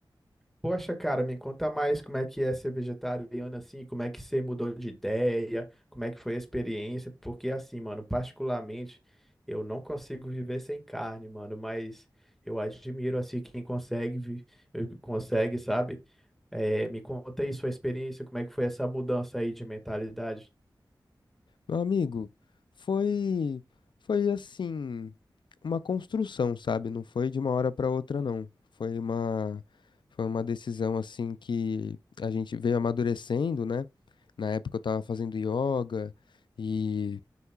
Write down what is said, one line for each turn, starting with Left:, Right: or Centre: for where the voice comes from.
Centre: Poxa, cara, me conta mais como é que é ser vegetariano assim, como é que você mudou de ideia, como é que foi a experiência, porque assim, mano, particularmente, eu não consigo viver sem carne, mano, mas eu admiro assim quem consegue, vi- consegue, sabe? Eh, me conta aí sua experiência, como é que foi essa mudança aí de mentalidade.
Left: Meu amigo, foi foi assim, uma construção, sabe? Não foi de uma hora para outra, não. Foi uma foi uma decisão assim que a gente veio amadurecendo, né? Na época eu tava fazendo yoga e